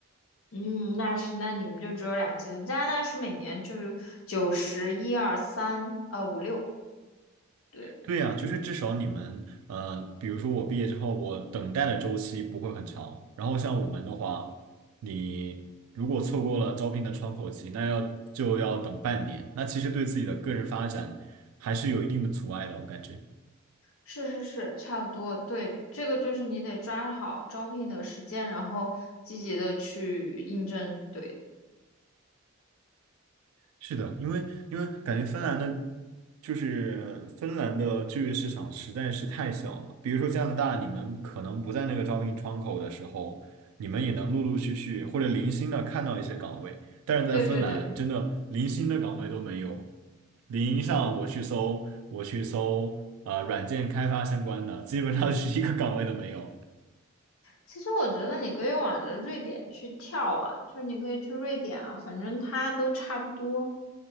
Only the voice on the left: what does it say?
嗯，那是，那你们就只有两阶段，加拿大是每年就是九十一二三，呃五六。对。
是是是，差不多。对，这个就是你得抓好招聘的时间，然后积极的去应征。对，
对对对。
其实我觉得你可以往着瑞典去跳啊，就是你可以去瑞典啊，反正它都差不多。